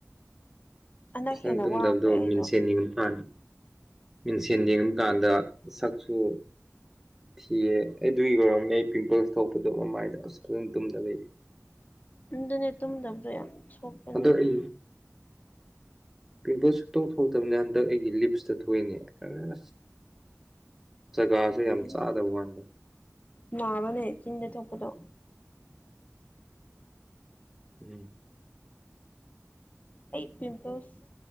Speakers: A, on the left (about 30°); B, in the centre.
A: ꯍꯟꯗꯛ
B: ꯅꯪ
A: ꯍꯦꯟꯅ
B: ꯇꯨꯝꯗꯕꯗꯣ
A: ꯋꯥꯈ꯭ꯔꯦ ꯑꯩꯗꯣ
B: ꯃꯤꯟꯁꯦꯟ ꯌꯦꯡꯕꯀꯥꯟꯗ ꯃꯤꯟꯁꯦꯟ ꯌꯦꯡꯕ ꯀꯥꯟꯗ ꯁꯛꯁꯨ ꯁꯤꯌꯦ ꯑꯗꯨꯒꯤ ꯑꯣꯏꯔꯝꯅꯦ ꯄꯤꯝꯄꯜꯁ ꯊꯣꯛꯄꯗꯣ ꯃꯃꯥꯏꯗ ꯑꯁ ꯐꯖꯅ ꯇꯨꯝꯗꯕ
A: ꯑꯗꯨꯅꯦ ꯇꯨꯝꯗꯕꯗꯣ ꯌꯥꯝ ꯁꯣꯛꯄꯅꯦ
B: ꯍꯟꯗꯛ ꯑꯩ ꯄꯤꯝꯄꯜ ꯁꯨꯛꯇꯣꯛ ꯊꯣꯛꯇꯕꯅꯤ ꯍꯟꯗꯛ ꯑꯩꯒꯤ ꯂꯤꯞꯁꯇ ꯊꯣꯛꯏꯅꯦ ꯑꯥ ꯑꯁ ꯖꯒꯥꯁꯦ
A: ꯎꯝ
B: ꯌꯥꯝ ꯆꯥꯗꯕ ꯋꯥꯅꯤꯗ
A: ꯅꯥꯕꯅꯦ ꯆꯤꯟꯗ ꯊꯣꯛꯄꯗꯣ
B: ꯎꯝ
A: ꯑꯩ ꯄꯤꯝꯄꯜꯁ